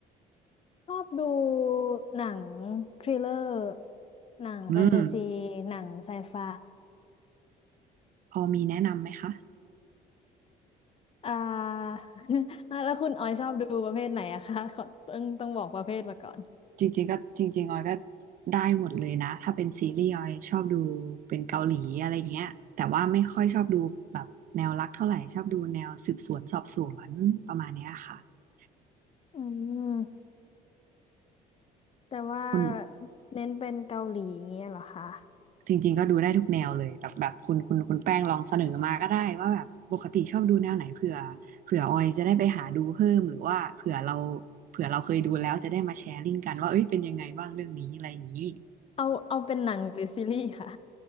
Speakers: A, on the left (about 35°); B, on the right (about 55°).
A: ชอบดูหนังทริลเลอร์หนังแฟนตาซี
B: อืม
A: หนังไซไฟ
B: พอมีแนะนำไหมคะ
A: อ่า <laughs> แล้วคุณออยชอบดูประเภทไหนอะคะขอต้องต้องบอกประเภทมาก่อน
B: จริงๆก็จริงๆออยก็ได้หมดเลยนะถ้าเป็นซีรีส์ออยชอบดูเป็นเกาหลีอะไรอย่างเงี้ยแต่ว่าไม่ค่อยชอบดูแบบแนวรักเท่าไหร่ชอบดูแนวสืบสวนสอบสวนประมาณเนี้ยค่ะ
A: อืมแต่ว่า
B: คุณ
A: เน้นเป็นเกาหลีอย่างเงี้ยเหรอคะ
B: จริงๆก็ดูได้ทุกแนวเลยแบบแบบคุณคุณคุณแป้งลองเสนอมาก็ได้ว่าแบบปกติชอบดูแนวไหนเผื่อเผื่อออยจะได้ไปหาดูเพิ่มหรือว่าเผื่อเราเผื่อเราเคยดูแล้วจะได้มาแชร์ลิงก์กันว่าเอ้ยเป็นยังไงบ้างเรื่องนี้อะไรอย่างนี้
A: เอาเอาเป็นหนังหรือซีรีส์ค่ะ